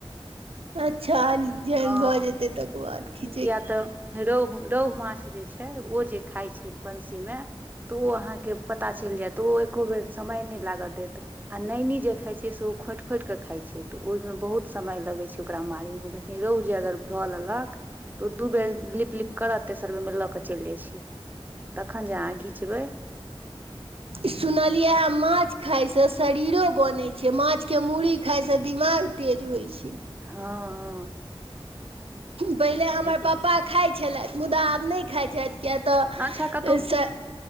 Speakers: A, on the right; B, on the right.
A: अच्छा फेर जेहन
B: हँ
A: भऽ जेत तक बाद ख
B: किया तऽ रोहु रोहु माछ जे छै ओ जे खाइत छै बंशी मे तऽ ओ अहाँकेँ पता चलि जायत ओ एके बेर समय नहि लागय देत आ नैनी जे खा छै से ओ खोटि खोटि कऽ खाइत छै तऽ ओहिमे बहुत समय लगैत छै ओकरा मारैमे रोहु जे अगर भऽ लेलऽ कऽ तऽ ओ दू बेर लिप लिप करत तेसर बेर मे लऽ कऽ चलि जाइत छै तखन जे अहाँ घिचबै
A: सुनलियै या माछ खायसँ शरीरो बनैत छै माछ के मूही खाइसँ दिमाग तेज होइत छै
B: ह ह
A: पहिले हमर
B: कह
A: पापा खाइत छलैथ मुद्दा आब नय खाइ छैथ किया तऽ
B: अच्छा कतहु